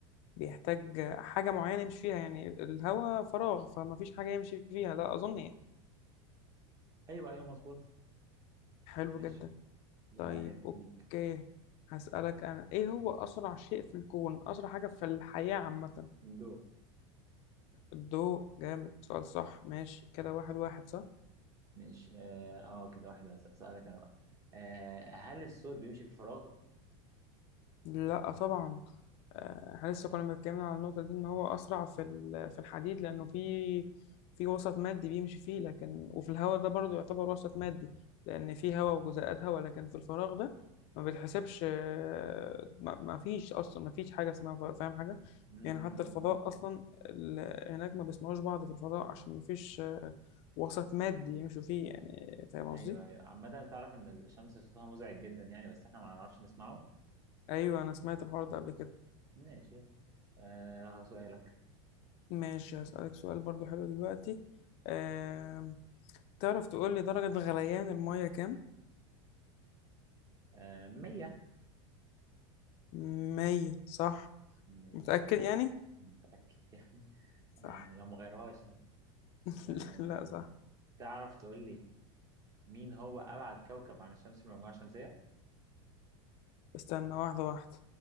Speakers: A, on the left (about 40°); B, on the right (about 20°).
A: فبيحتاج آه، حاجه معينه يمشي فيها يعني الهواء فراغ فما فيش حاجه يمشي فيها ده اظن يعني
B: ايوه ايوه مظبوط
A: حلو
B: ماشي
A: جدا
B: ده
A: طيب
B: واحد
A: اوكي
B: ليك
A: هسألك أنا إيه هو أسرع شيء في الكون؟ أسرع حاجة في الحياة عامة
B: دو
A: الضوء جامد سؤال صح ماشي كده واحد واحد صح
B: مش اه آه، كده واحد بس اسالك انا بقى آه هل الصوت بيمشي في الفراغ
A: لا طبعا آه، احنا لسه كنا بنتكلمنا على النقطة دي ان هو اسرع في ال- في الحديد لانه في في وسط مادي بيمشي فيه لكن وفي الهواء ده برضه يعتبر وسط مادي لان في هواء وجزيئات هواء لكن في الفراغ ده ما بتحسبش آه، ما ما فيش اصلا ما فيش حاجة اسمها فضاء، فاهم حاجة
B: مم،
A: يعني حتى الفضاء
B: مم.
A: اصلا ال- هناك ما بيسمعوش بعض في الفضاء عشان ما فيش آه، وسط مادي يمشوا فيه يعني فاهم قصدي
B: ايوه ايوه عامه تعرف ان الشمس صوتها مزعج جدا يعني بس احنا ما نعرفش نسمعه
A: ايوه انا سمعت الحوار ده قبل كده
B: ماشي آه سؤالك
A: ماشي هسألك سؤال برضو حلو دلوقتي أه... تعرف تقول لي درجة غليان المية كام؟
B: آه مية
A: مية صح
B: مش
A: متأكد يعني؟
B: متأكد يعني
A: صح
B: آه لو مغيرهاش يعني.
A: <laughs>
B: آه
A: لا صح
B: تعرف تقول لي مين هو أبعد كوكب عن الشمس في المجموعة الشمسية؟
A: استنى واحدة واحدة